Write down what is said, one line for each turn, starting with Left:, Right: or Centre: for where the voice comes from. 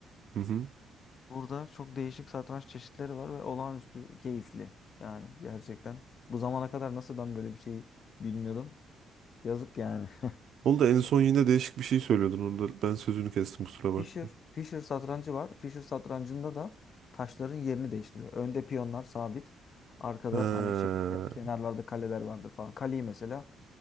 Right: Hı hı.
Left: Burada çok değişik satranç çeşitleri var ve olağanüstü keyifli. Yani gerçekten bu zamana kadar nasıl ben böyle bir şeyi bilmiyordum. Yazık yani. <laughs>
Right: Onu da en son yine değişik bir şey söylüyordun. Onu da ben sözünü kestim kusura bakma.
Left: Fischer, Fischer satrancı var. Fischer satrancında da taşların yerini değiştiriyor. Önde piyonlar sabit. Arkada
Right: Ha.
Left: hani şey ya, kenarlarda kaleler vardır falan. Kaleyi mesela